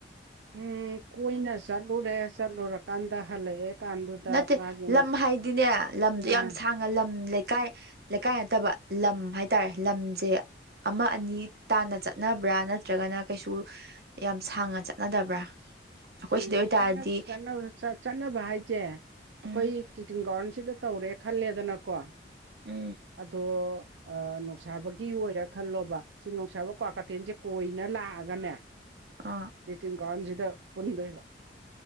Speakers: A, on the right (about 80°); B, on the right (about 60°).
A: ꯎꯝ ꯀꯣꯏꯅ ꯆꯠꯂꯨꯔꯦ ꯆꯠꯂꯨꯔꯀꯥꯟꯗ ꯍꯜꯂꯛꯑꯦ ꯀꯥꯟꯗꯨꯗ
B: ꯅꯠꯇꯦ
A: ꯃꯥꯒꯤ ꯉꯁ
B: ꯂꯝ ꯍꯥꯏꯗꯤꯅꯦ ꯂꯝꯗꯣ ꯌꯥꯝ
A: ꯑ
B: ꯁꯥꯡ ꯂꯝ ꯂꯩꯀꯥꯏ ꯂꯩꯀꯥꯏ ꯅꯠꯇꯕ ꯂꯝ ꯍꯥꯏꯇꯥꯔꯦ ꯂꯝꯁꯦ ꯑꯃꯥ ꯑꯅꯤ ꯇꯥꯟꯅ ꯆꯠꯅꯕ꯭ꯔꯥ ꯅꯠꯇ꯭ꯔꯒꯅ ꯀꯩꯁꯨ ꯌꯥꯝ ꯁꯥꯡꯅ ꯆꯠꯅꯗꯕ꯭ꯔꯥ ꯑꯩꯈꯣꯏ
A: ꯎꯝ
B: ꯁꯤꯗ ꯑꯣꯏꯇꯥꯔꯗꯤ
A: ꯆꯠꯅꯕ ꯍꯥꯏꯁꯦ ꯑꯩꯈꯣꯏ
B: ꯎꯝ
A: ꯇꯤꯗꯤꯝ ꯒꯔꯥꯎꯟꯁꯤꯗ ꯇꯧꯔꯦ ꯈꯜꯂꯦꯗꯅꯀꯣ
B: ꯎꯝ
A: ꯑꯗꯣ ꯑ ꯅꯨꯡꯁꯥꯕ ꯑꯣꯏꯔꯥ ꯈꯜꯂꯣꯕ ꯁꯤ ꯅꯨꯡꯁꯥꯕ ꯀ꯭ꯋꯥ ꯀꯩꯊꯦꯜꯁꯦ ꯀꯣꯏꯅ ꯂꯥꯛꯑꯒꯅꯦ
B: ꯑꯥ
A: ꯇꯤꯙꯤꯝ ꯒꯔꯥꯎꯟꯁꯤꯗ ꯄꯨꯟꯗꯣꯏꯕ